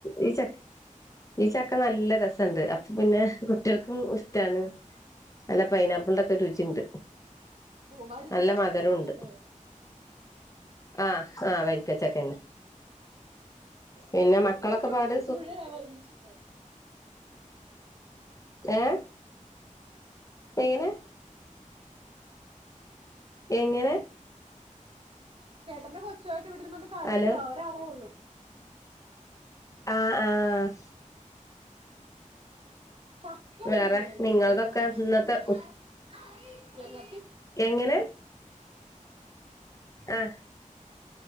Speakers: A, on the left; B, on the right.
A: ഈ ച ഈ ചക്ക നല്ല രസണ്ട്. അപ്പ പിന്നെ കുട്ടിയേൾക്കും ഇഷ്ടാണ് നല്ല പൈനാപ്ളിന്റെ
B: ആണല്ലേ
A: ഒക്കെ രുചിണ്ട്
B: കൂ- വരിക്ക
A: നല്ല
B: ചക്കയാണോ
A: മധരൂണ്ട്.
B: കൂഴ
A: ആ ആ വരിക്കച്ചക്കന്നെ പിന്നെ
B: ആ
A: മക്കളൊക്കെ
B: എനിക്ക്
A: പാട്
B: പക്ഷെ പുഴയാ ഭയങ്കര ഇഷ്ടം
A: ഏ എങ്ങനെ എങ്ങനെ
B: ചേട്ടന്റെ കൊച്ചു ആയിട്ട് ഇവിടിരുന്നോണ്ട് കളിക്കുവാ
A: ഹലോ
B: ഒരാളെ ഉള്ളൂ.
A: ആഹ് ആഹ്
B: ചക്കയില്ലേ
A: വേറെ നിങ്ങളതൊക്കെ
B: <unintelligible>
A: ഇന്നത്തെ
B: ഞങ്ങ
A: എങ്ങനെ ആഹ്